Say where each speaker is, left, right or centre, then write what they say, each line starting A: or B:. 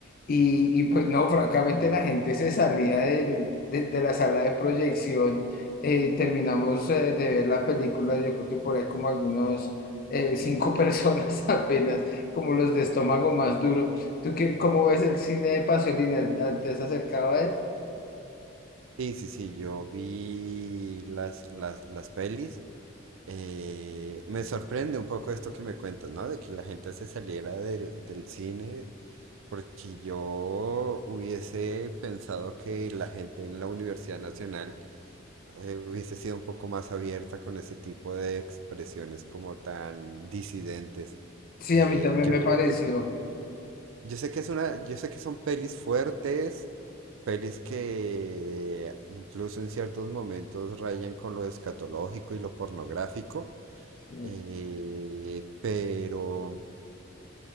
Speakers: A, on the left (about 45°); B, on the right (about 80°).
A: y, y pues no, francamente la gente se salía del- de, de la sala de proyección, Eh, terminamos eh, de ver la película, yo creo que por ahí como algunos... eh, cinco <laughs> personas apenas, como los de estómago más duro. ¿Tú qué, cómo ves el cine de Pasolini? ¿Te has acercado a él?
B: Sí, sí, sí, yo vi las, las, las pelis. eh, me sorprende un poco esto que me cuentas, ¿no? De que la gente se saliera del, del cine, porque yo hubiese pensado que la gente en la Universidad Nacional eh, hubiese sido un poco más abierta con ese tipo de expresiones como tan disidentes.
A: Sí,
B: Eh,
A: a mí también
B: yo
A: me
B: creo
A: pareció.
B: que, yo sé que es una, yo sé que son pelis fuertes, pelis que incluso en ciertos momentos rayan con lo escatológico y lo pornográfico,
A: Sí,
B: eh, pero,